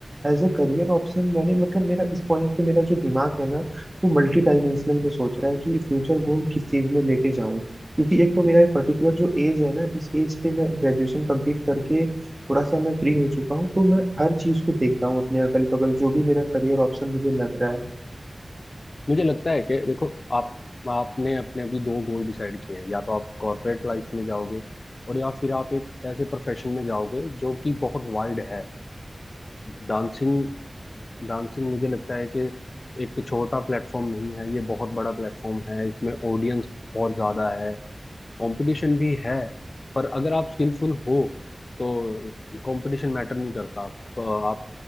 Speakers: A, on the right (about 20°); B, on the left (about 60°).
A: as a career option मैंने मतलब मेरा इस पॉइंट पे मेरा जो दिमाग है ना वो मल्टी डायमेंशनल में सोच रहा है कि फ्यूचर गोल किस चीज में लेके जाऊं क्योंकि एक तो मेरा ये पर्टिकुलर जो एज है ना इस एज पे मैं ग्रेजुएशन कंप्लीट करके थोड़ा सा मैं फ्री हो चुका हूँ तो मैं हर चीज को देख रहा हूँ अपने अगल बगल जो भी मेरा करियर ऑप्शन मुझे लग रहा है
B: मुझे लगता है कि देखो आप आपने अपने अभी दो गोल डिसाइड किए हैं या तो आप कॉर्पोरेट लाइफ में जाओगे और या फिर आप एक ऐसे प्रोफेशन में जाओगे जो कि बहुत वाइड है डांसिंग डांसिंग मुझे लगता है कि एक छोटा प्लेटफॉर्म नहीं है ये बहुत बड़ा प्लेटफॉर्म है इसमें ऑडियंस बहुत ज़्यादा है कंपटीशन भी है पर अगर आप स्किलफुल हो तो कंपटीशन मैटर नहीं करता आप आप